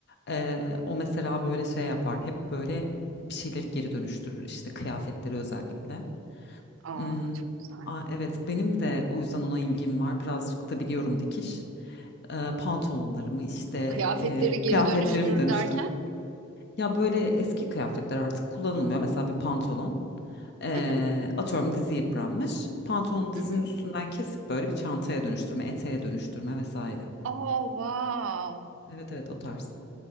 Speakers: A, on the left; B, on the right.
A: Ee, o mesela böyle şey yapar. Hep böyle bir şeyleri geri dönüştürür işte kıyafetleri özellikle.
B: Aa
A: Hmm,
B: çok güzel.
A: a- evet benim de o yüzden ona ilgim var. Birazcık da biliyorum dikiş. Ee, pantolonlarımı işte
B: Kıyafetleri
A: e,
B: geri
A: kıyafetlerimi
B: dönüştürür
A: dönüştürme
B: derken.
A: Ya böyle eski kıyafetler artık kullanılmıyor. Mesela bir pantolon. Eee,
B: Hı hı,
A: atıyorum dizi yıpranmış. Pantolonu dizinin
B: hı hı.
A: üstünden kesip böyle bir çantaya dönüştürme, eteğe dönüştürme vesaire.
B: Aa wow.
A: Evet evet o tarz.